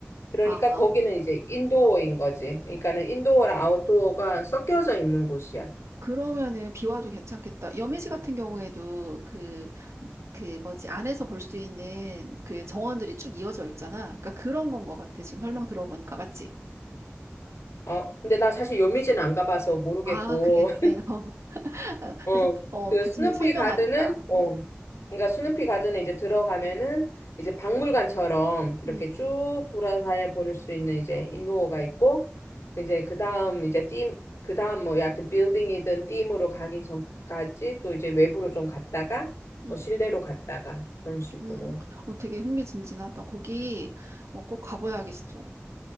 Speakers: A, on the left (about 80°); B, on the right (about 75°).
A: 그러니까
B: 아.
A: 거기는 이제 인도어인 거지. 그러니까는 인도어랑 아웃도어가 섞여져 있는 곳이야.
B: 그러면은 비와도 괜찮겠다. 여미지 같은 경우에도 그, 그 뭐지, 안에서 볼 수 있는 그 정원들이 쭉 이어져 있잖아. 그러니까 그런 건 것 같아. 지금 설명 들어보니까. 맞지?
A: 어, 근데 나 사실 요미진안 가봐서 모르겠고.
B: 아, 그래, 그래. <laughs>
A: 어,
B: 그래서, 어,
A: 그
B: 그
A: 스누피
B: 지금 설명하니까.
A: 가든은, 어,
B: 음,
A: 그러니까 스누피 가든에 이제 들어가면은 이제 박물관처럼 이렇게
B: 음,
A: 쭉 돌아다녀 보낼 수 있는 이제 인도어가 있고, 이제 그 다음 이제 팀, 그 다음 뭐 여하튼 빌딩이든 팀으로 가기 전까지 또 이제 외부로 좀 갔다가, 뭐
B: 음,
A: 실내로 갔다가 그런 식으로.
B: 음. 어, 되게 흥미진진하다. 거기, 어, 꼭 가봐야겠어.